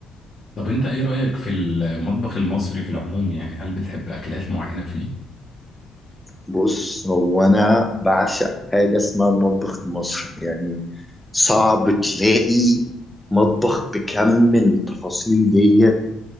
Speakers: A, on the left (about 35°); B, in the centre.
A: طب انت ايه رأيك في المطبخ المصري في العموم يعني هل بتحب اكلات معينة فيه؟
B: بص هو انا بعشق حاجه اسمها المطبخ المصري يعني صعب تلاقي مطبخ بكم التفاصيل ديت